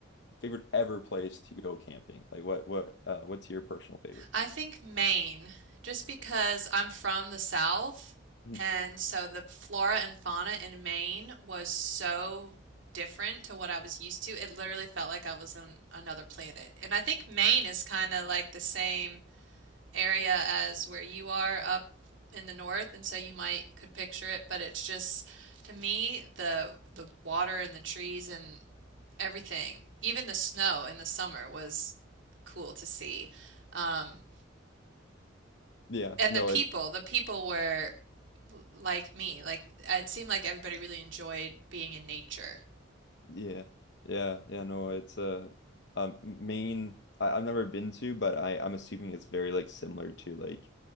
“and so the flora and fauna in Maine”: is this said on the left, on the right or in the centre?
Right